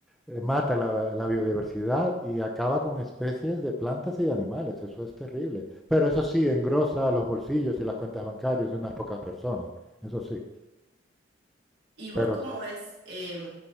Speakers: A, in the centre; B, on the right.
A: eh, mata la, la biodiversidad y acaba con especies de plantas y de animales. Eso es terrible. Pero eso sí, engrosa los bolsillos y las cuentas bancarias de unas pocas personas. Eso sí.
B: ¿Y vos
A: Pero
B: cómo ves, em,